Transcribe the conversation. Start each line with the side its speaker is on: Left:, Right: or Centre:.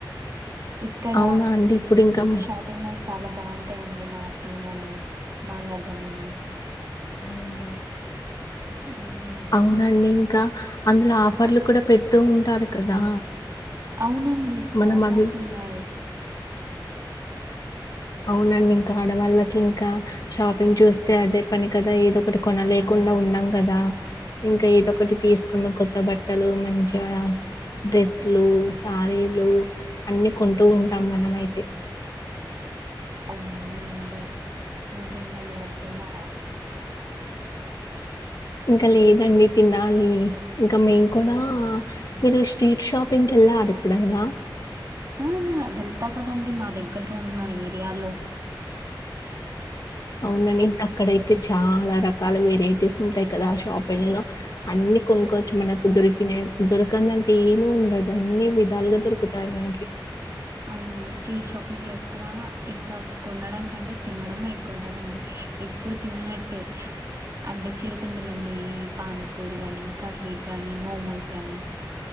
Right: ఇక్కడ
Left: అవునా అండి ఇప్పుడు ఇంకా
Right: షాపింగ్ మాల్స్ చాలా బాగుంటాయిండి నార్సింగ్ అని, మాంగళ్యం అని
Left: హుమ్మ్
Right: హ్మ్.
Left: అవునండి ఇంకా అందులో ఆఫర్లు కూడా పెడుతూ ఉంటారు కదా.
Right: అవునండి ఇప్పుడు
Left: మనం
Right: ఆఫర్స్
Left: అవి
Right: ఉన్నాయి.
Left: అవునండి ఇంకా ఆడవాళ్ళకి ఇంకా షాపింగ్ చూస్తే అదే పని కదా ఏదో ఒకటి కొనలేకుండా ఉండం కదా, ఇంకా ఏదో ఒకటి తీసుకున్న కొత్త బట్టలు మంచిగా డ్రెస్లు, శారీలు అన్నీ కొంటూ ఉంటాం మనమైతే
Right: అవునండి ఇంకేంటి అండి మరి తిన్నారా
Left: ఇంకా లేదండి. తినాలి ఇంకా మేము కూడా మీరు స్ట్రీట్ షాపింగ్ వెళ్ళారు ఎప్పుడైనా
Right: ఆ వెళ్తా కదండి మా దగ్గర ఉన్న ఏరియాలో
Left: అవునం ఇంకా అక్కడయితే చాలా రకాల వెరైటీస్ ఉంటాయి కదా, ఆ షాపింగ్ లో అన్ని కొనుక్కవచ్చు. మనకు దొరికినా దొరకందంటే ఏమి ఉండదు అన్ని విధాలుగా దొరుకుతాయి మనకి.
Right: అవునండి స్ట్రీట్ షాపింగ్ లో ఎక్కువ ఇంకా కొనడాం కంటే తినడమే ఎక్కువ ఉంటదండి. ఎప్పుడు తన్ననట్టే అంటే చిరు తిండలండి పానీపూరి గాని, కట్లెట్ గానీ, మోమోస్ గానీ